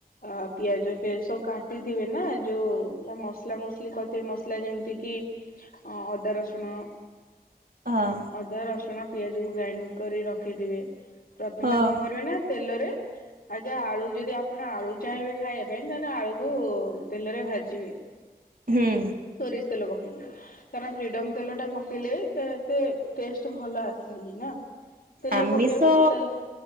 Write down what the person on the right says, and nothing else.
ହଁ
ହଁ
ହୁଁ
ଆମିଷ